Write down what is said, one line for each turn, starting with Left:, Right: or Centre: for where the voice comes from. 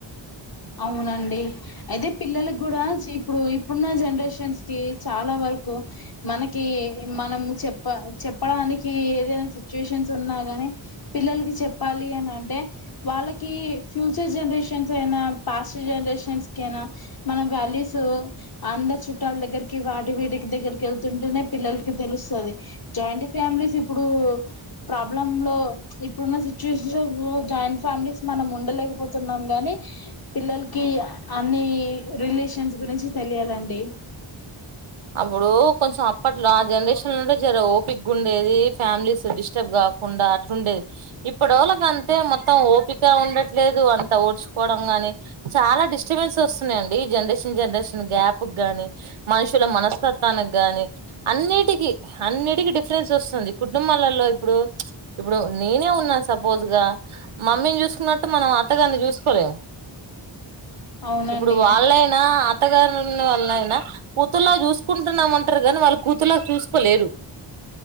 Left: అవునండి అయితే పిల్లలకి కూడా, ఇప్పుడు ఇప్పుడున్న జనరేషన్స్ కి చాలా వరకు, మనకి మనం చెప్ప చెప్పడానికి ఏదైనా సిచ్యుయేషన్స్ ఉన్నా గాని, పిల్లలకి చెప్పాలి అని అంటే, వాళ్ళకి ఫ్యూచర్ జనరేషన్స్ అయినా పాస్ట్ జనరేషన్స్ కయినా, మన వాల్యూస్ అందరి చుట్టాల దగ్గరికి, వాటి వీడికి దగ్గరికి వెళ్తుంటేనే, పిల్లలకి తెలుస్తుంది. జాయింట్ ఫ్యామిలీస్ ఇప్పుడు ప్రాబ్లమ్ లో ఇప్పుడున్న సిచ్యువేషన్ జాయింట్ ఫ్యామిలీస్ మనం ఉండలేకపోతున్నాం గానీ, పిల్లలకి అన్ని రిలేషన్స్ గురించి తెలియాలండి.
Right: ఎప్పుడో కొంచం అప్పట్ల ఆ జనరేషన నే జర ఓపికా ఉండేది. ఫ్యామిలీ స్టడీస్ కాకుండా అట్లుండేది. ఇప్పుడ వాళ్ళకి అంతే మొత్తం ఓపిక ఉండట్లేదు. అంత ఓర్చుకోవడంగాని చాలా డిస్టర్బెన్స్ వస్తున్నాయండి. జనరేషన్ జనరేషన్ గ్యాప్ కి కానీ, మనుషు వీళ్ళ మనస్తత్వానికి గాని, అన్నిటికి అన్నిటికి డిఫరెన్స్ వస్తుంది. కుటుంబాలలో ఇప్పుడు ఇప్పుడు నేనే ఉన్నాను సపోజ్ గా మమ్మీని చూసుకున్నట్టు మనం అత్తగారిని చూసుకోలేము
Left: అవునండి
Right: ఇప్పుడు వాళ్ళైనా అత్తగారోలైనా అలా చూసుకుంటున్నామంటారు కాని, కూతురిల్లా వాళ్ళచూసుకోలేరు.